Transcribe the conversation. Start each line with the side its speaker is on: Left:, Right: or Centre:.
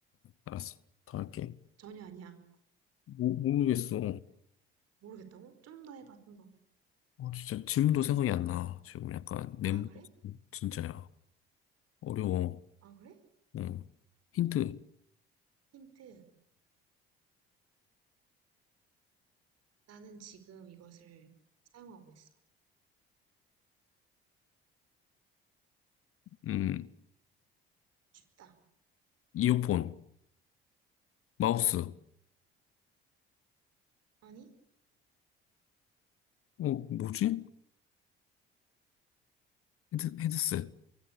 Left: 알았어. 더 할게.
Right: 전혀 아니야.
Left: 모, 모르겠어.
Right: 모르겠다고? 좀 더 해봐, 좀 더.
Left: 어, 진짜 지금도 생각이 안 나. 지금 약간 멘붕
Right: 아, 그래?
Left: 진짜야. 어려워.
Right: 아, 그래?
Left: 응. 힌트.
Right: 힌트. 나는 지금 이것을 사용하고 있어.
Left: 음,
Right: 춥다.
Left: 이어폰, 마우스. 어,
Right: 아니?
Left: 뭐지? 헤드, 헤드셋.